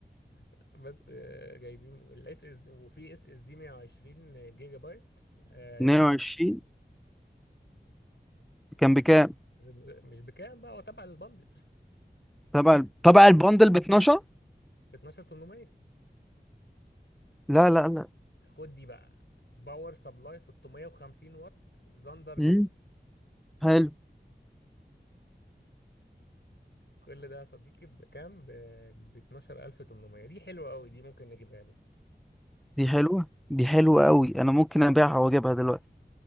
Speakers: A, on the left (about 75°); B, in the centre.
A: <laughs> بس آه، جايبين الاس اس وفي اس اس دي 120 جيجا بايت آه،
B: 22
A: رد-
B: كان بكام
A: رد- مش بكام بقى هو تبع البندل
B: تبع ال- تبع البندل ب 12
A: ب 12800
B: لا لا لا
A: خد دي بقى باور سبلاي 650 واط زاندر
B: امم
A: فيلوكس
B: حلو
A: كل ده يا صديقي بكام ب 12800 دي حلوه قوي دي ممكن نجيبها له
B: دي حلوه دي حلوه قوي انا ممكن ابيعها واجيبها دلوقتي